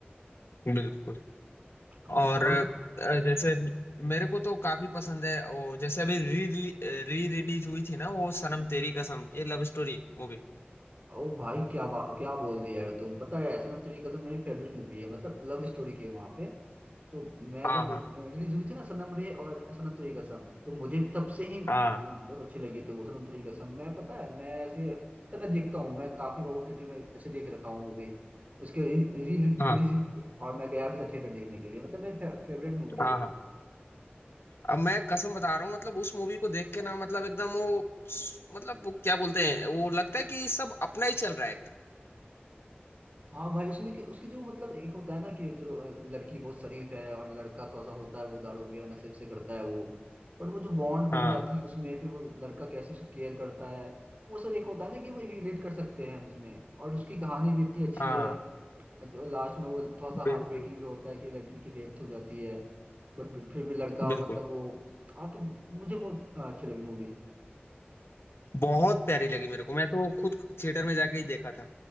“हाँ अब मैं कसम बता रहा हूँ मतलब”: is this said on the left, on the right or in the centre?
Left